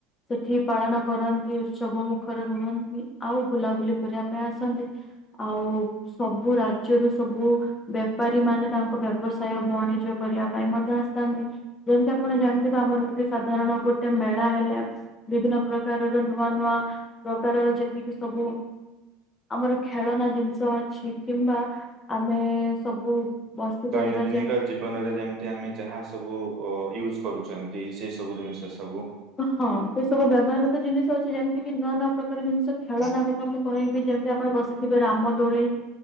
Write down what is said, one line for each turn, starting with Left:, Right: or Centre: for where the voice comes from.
Left: ସେଠି ପାଳନ କରନ୍ତି। ଉତ୍ସବ ମୁଖରେ ରୁହନ୍ତି। ଆଉ ବୁଲାବୁଲି କରିବା ପାଇଁ ଆସନ୍ତି ଆଉ ସବୁ ରାଜ୍ୟରୁ ସବୁ ବେପାରୀ ମାନେ ତାଙ୍କ ବ୍ୟବସାୟ ବଣିଜ କରିବା ପାଇଁ ମଧ୍ୟ ଆସିଥାନ୍ତି, ଯେମିତି ଆପଣ ଜାଣିଥିବେ ଆପଣ ଦେଖିଥିବେ ସାଧାରଣ ଗୋଟେ ମେଳା ହେଲେ ବିଭିନ୍ନ ପ୍ରକାର ନୂଆ ନୂଆ ପ୍ରକାର ର ଯେ ଯେତିକି ସବୁ ଆମର ଖେଳନା ଜିନିଷ ଅଛି। କିମ୍ବା ଆମେ ସବୁ। ବସି
Right: ଦୈନଦିନିକ
Left: ପାରିବା ଯେମ
Right: ଜୀବନରେ ଯେମତି ଆମେ ଯାହା ସବୁ ୟୁଜ କରୁ ଛନ୍ତି ସେ ସବୁ ଜିନିଷ ସବୁ
Left: ହଁ ଏ ସବୁ ବ୍ୟବହାରତ ଜିନିଷ ଅଛି ଯେମିତି କିି ନୂଆ ନୂଆ ପ୍ରକାର ଜିନିଷ ଖେଳନା କଥା ମୁଁ କହିବି ଯେମିତି ଆପଣ ବସିଥିବେ ରାମଦୋଳି